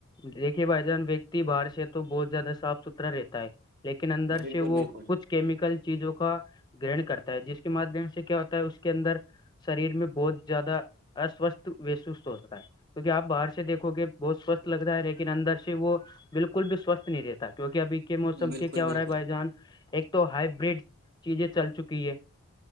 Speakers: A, on the left; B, on the right.
A: دیکے بھائی جان ویکتی باہر سے تو بہت زیادہ صاف ستھرا رہتا ہے لیکن اندر
B: بالکل
A: سے
B: بالکل
A: وہ کچھ کیمیکل چیزوں کا گرن کرتا ہے جس کے مادھیم سے کیا ہوتا ہے اس کے اندر شریر میں بتھ زیادہ اسوستھ و سستھ ہوتا ہے کیونکہ آپ باہر سے دیکھو گے بہت سوستھ لگتا ہے لیکن اندر سے وہ بالکل بھی سوستھ نہیں رہتا ہے کیونکہ ابھی کے موسم
B: بالکل
A: کے کیا
B: بالکل
A: ہو رہا ہے بھائی جان ایک تو ہائبرڈ چیزیں چل چکی ہیں